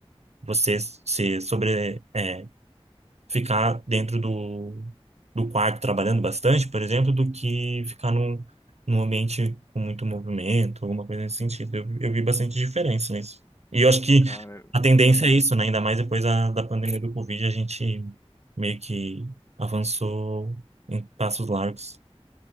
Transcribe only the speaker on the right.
você se sobre, é, ficar dentro do, do quarto trabalhando bastante, por exemplo, do que ficar num, num ambiente com muito movimento, alguma coisa nesse sentido. Eu, eu vi bastante diferença nisso. E eu acho que
a tendência
é isso, né? Ainda mais depois da, da pandemia do Covid, a gente meio que avançou em passos largos.